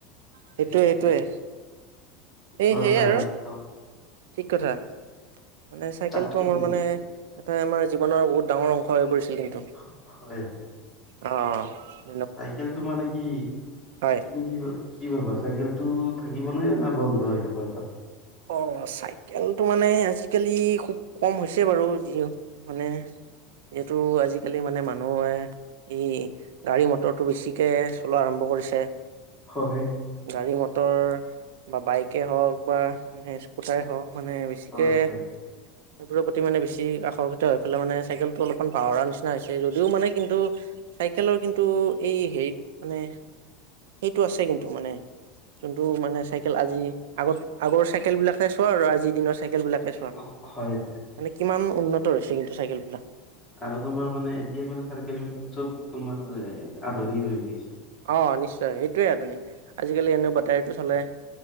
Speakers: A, on the right; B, in the centre.
A: সেইটোৱে,
B: হেৰি কৰি।
A: সেইটোৱে
B: ওপৰত
A: এই সেয়াই
B: লাগাল
A: আৰু
B: পাম
A: ঠিক কথা মানে চাইকেলটো
B: তাকেইতো
A: আমাৰ মানে এটা আমাৰ জীৱনৰ বহুত ডাঙৰ অংশ হৈ পৰিছিল কিন্তু।
B: <unintelligible>
A: অ অ।
B: চাইকেলটো মানে কি
A: হয়।
B: তুমি কি ভা কি ভাবা চাইকেলটো থাকিবনে নে বন্ধ হৈ যাব এটাত?
A: অ চাইকেলটো মানে আজিকালি খুব কম হৈছে বাৰু যি মানে এইটো আজিকালি মানে মানুহে ই গাড়ী মটৰটো বেছিকে চলোৱা আৰম্ভ কৰিছে।
B: হয়।
A: গাড়ী মটৰ বা বাইকে হওক বা মানে স্কুটাৰে হওক মানে বেছিকে
B: হয় হয়
A: সেইবোৰৰ প্ৰতি মানে বেছি আকৰ্ষিত হৈ পেলাই মানে চাইকেলটো অলপমান পাহৰা নিচিনা হৈছে, যদিও মানে কিন্তু চাইকেলৰ কিন্তু এই হেৰিত মানে সেইটো আছে কিন্তু মানে যোনটো মানে চাইকেল আজি আগত আগৰ চাই চাইকেলবিলাকে চোৱা আৰু আজিৰ দিনৰ চাইকেলবিলাকে চোৱা।
B: হয় হয়
A: মানে কিমান উন্নত হৈছে কিন্তু চাইকেলবিলাক।
B: আৰু তোমাৰ মানে এতিয়া মানে চাইকেল বিলাক চব তোমাৰ আধুনিক হৈ গৈছে।
A: অ নিশ্চয়, সেইটোৱেই আধুনিক। আজিকালি এনেও বেটাৰিটো চলে।